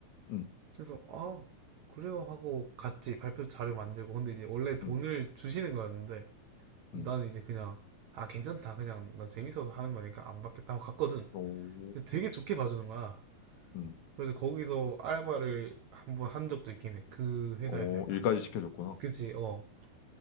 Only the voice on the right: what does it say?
그래서 아, 그래요 하고 같이 발표 자료 만들고 근데 이제 원래 돈을
주시는 거였는데 나는
이제 그냥 아, 괜찮다. 그냥 나 재밌어서 하는 거니까 안 받겠다 하고 갔거든.
되게 좋게 봐주는 거야.
그래서 거기서 알바를 한번 한 적도 있긴 해. 그 회사에서
약간.
그치, 어.